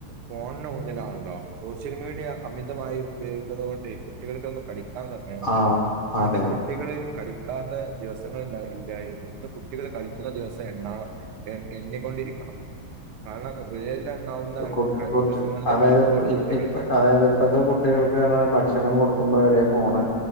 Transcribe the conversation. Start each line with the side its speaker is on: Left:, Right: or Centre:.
Right: ഫോണിന് മുന്നിലാണല്ലോ? സോഷ്യൽ മീഡിയ അമിതമായി ഉപയോഗിക്കുന്നത് കൊണ്ട് കുട്ടികൾക്കൊന്നും കളി ക്കാൻ സമയമില്ല.
Left: ആഹ്
Right: പണ്ട്
Left: അതെ
Right: കുട്ടികള് കളിക്കാതെ ദിവസങ്ങൾ ഇണ്ടാ ഇല്ലായിരുന്നു. ഇന്ന് കുട്ടികൾ കളിക്കുന്ന ദിവസം എണ്ണാ എ എണ്ണിക്കൊണ്ടിരിക്കണം. കാരണം വെര്ലെണ്ണാവുന്ന
Left: കുട്ടി
Right: ക
Left: കുട്ടി
Right: ദിവസങ്ങളിലേ
Left: അതായത്
Right: കളിക്കൊള്ളൂ
Left: ഇ
Right: കുട്ടികള്.
Left: ഇപ്പ അതായത് ഇപ്പത്തെ കുട്ടികൾക്ക് പറഞ്ഞാൽ ഭക്ഷണം കൊടുക്കുമ്പോ വരെ ഫോണ്